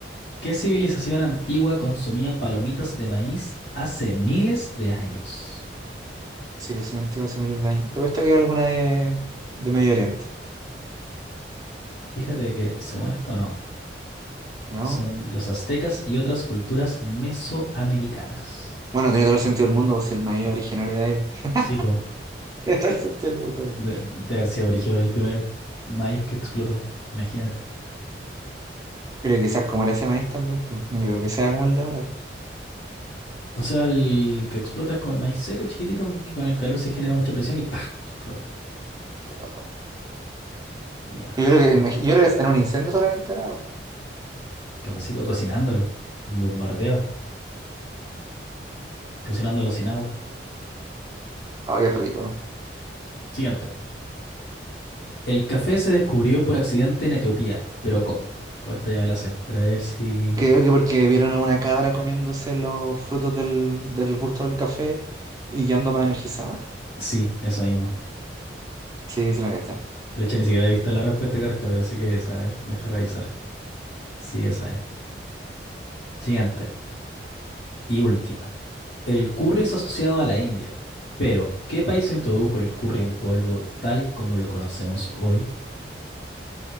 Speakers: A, on the left; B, on the right.
A: ¿Qué civilización antigua consumía palomitas de maíz hace miles de años?
B: Si le sentí hace miles de años. ¿Te puesto que hay alguna de, de Medio Oriente?
A: Fíjate que, según esto, no.
B: ¿No?
A: Son los aztecas y otras culturas mesoamericanas.
B: Bueno, tiene todo el sentido del mundo, pues el maíz originario de ahí. <laughs>
A: Sí, po.
B: Tiene todo el sentido del mundo.
A: De, de haber sido brígido el primer maíz que explotó. Imagínate.
B: Pero quizás como era ese maíz también, pues no creo que sea como el de ahora.
A: O sea, el que explota es como el maíz seco, chiquitito, po, que con el calor se genera mucha presión y ¡pa! explota.
B: Qué loco.
A: Ya,
B: Yo creo
A: sí.
B: que, en Mex- yo creo que en un incendio se habrán instalado.
A: Capacito. O cocinándolo. Un bombardeo. Cocinándolo sin agua.
B: Oh, qué rico.
A: Siguiente. El café se descubrió por accidente en Etiopía. ¿Pero cómo? O esta ya me la sé. Pero a ver si.
B: Creo que porque vieron a una cabra comiéndose los frutos del, del arbusto del café y quedando más energizada.
A: Sí, eso mismo.
B: Sí, se la cacha.
A: De hecho, ni siquiera he visto la respuesta correcta, pero sé que es. A ver, deja revisar. Sí, esa es. Siguiente. Y última, el curry es asociado a la India, pero ¿qué país introdujo el curry en polvo tal como lo conocemos hoy?